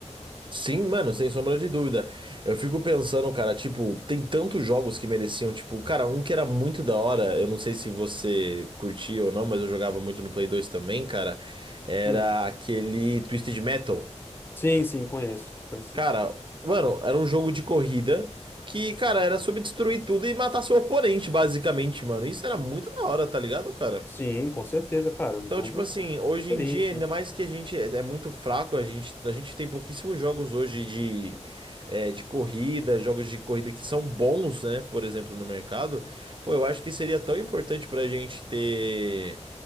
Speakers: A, on the right; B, on the left.
A: Sim, mano, sem sombra de dúvida. Eu fico pensando, cara, tipo, tem tantos jogos que mereciam, tipo, cara, um que era muito da hora, eu não sei se você curtia ou não, mas eu jogava muito no Play 2 também, cara, era
B: Hum.
A: aquele Twisted Metal.
B: Sim, sim, conheço. Conheço sim.
A: Cara, mano, era um jogo de corrida que, cara, era sobre destruir tudo e matar seu oponente, basicamente, mano. Isso era
B: Uhum.
A: muito da hora, tá ligado, cara?
B: Sim, com certeza, cara. É um
A: Então,
B: jogo
A: tipo assim, hoje
B: diferente,
A: em dia, ainda
B: né?
A: mais que a gente é é muito fraco, a gente, a gente tem pouquíssimos jogos hoje de, é, de corrida, jogos de corrida que são bons, né? Por exemplo, no mercado. Pô, eu acho que seria tão importante pra gente ter,